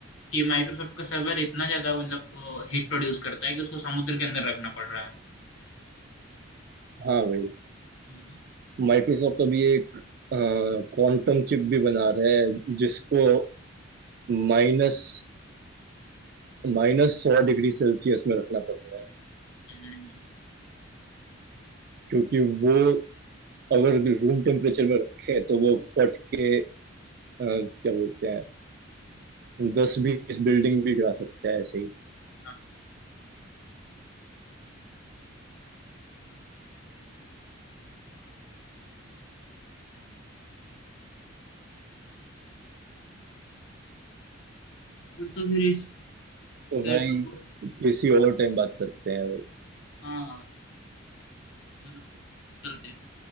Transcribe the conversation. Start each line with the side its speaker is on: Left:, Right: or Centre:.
Left: कि माइक्रोसॉफ्ट का सर्वर इतना ज्यादा मतलब हीट प्रोड्यूस करता है कि उसको समुद्र के अंदर रखना पड़ रहा है
Right: हाँ भाई
Left: हम्म,
Right: माइक्रोसॉफ्ट अभी एक क्वांटम चिप भी बना रहा है जिसको माइनस माइनस सौ डिग्री सेल्सियस में रखना पड़ रहा है
Left: हम्म, हम्म।
Right: क्योंकि वो अगर रूम टेम्परेचर में रखें तो वो फट के अ, क्या बोलते हैं दस बीस बिल्डिंग भी गिरा सकता है ऐसे ही
Left: हाँ। और तो फिर इस
Right: तो
Left: फिर
Right: भाई
Left: तो
Right: किसी और टाइम बात करते हैं
Left: हाँ चलो फिर चलते हैं